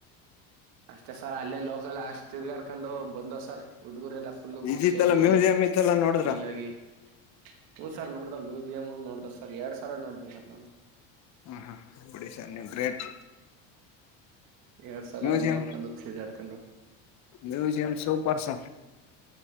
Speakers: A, on the right; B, on the left.
A: ಅಷ್ಟೇ ಸರ್ ಅಲ್ಲೇ ಲೋಕಲ್ ಅಷ್ಟ್ ತಿರ್ಗಾಡ್ಕೊಂಡು ಬಂದವ್ ಸರ್ ಹುಡುಗರೆಲ್ಲ ಫುಲ್ಲ ಖುಷಿಯಾಗಿ
B: ಇದಿತ್ತಲ್ಲ ಮ್ಯೂಸಿಯಂ ಇತ್ತಲ್ಲ ನೋಡಿದ್ರ
A: ಚಿಲ್ಲಾಗಿ ಹನ್ ಸರ್ ನೋಡ್ದ ಮ್ಯೂಸಿಯಂ. ನೋ ಸರ್ ಎರಡ್ ಸಲ ನೋಡ್ದಷಪ್ ನಾನು.
B: ಹ ಹಾ ಬಿಡಿ ಸರ್ ನೀವು ಗ್ರೇಟ್
A: ಎರಡ್ ಸಲ
B: ಮ್ಯೂಸಿಯಂ
A: ನೋಡ್ಕೊಂಡು ತಿರ್ಗಾಡ್ಕೊಂಡು
B: ಮ್ಯೂಸಿಯಂ ಸೂಪರ್ ಸರ್